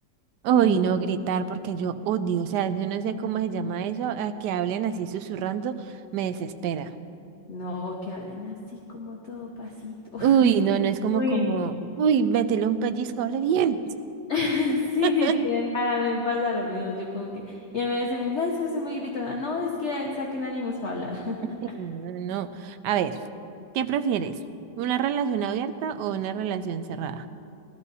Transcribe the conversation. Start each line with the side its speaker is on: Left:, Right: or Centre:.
Right: Uy,
Left: Mm,
Right: no gritar porque yo odio, o sea, yo no sé cómo se llama eso, a que hablen así susurrando, me desespera.
Left: no, que hablen así como todo pasito. <laughs>
Right: Uy, no, no es como
Left: Uy,
Right: como,
Left: no.
Right: uy, métele un pellizco, hable bien.
Left: <laughs>
Right: <laughs>
Left: Sí, literal, a mí me pasa lo mismo. Yo como que, y a veces me dicen, "Ah, es que soy muy gritona. No, es que saquen ánimos para hablar. <laughs>
Right: Sí, No, no. no. A ver, ¿qué prefieres? ¿Una relación abierta o una relación cerrada?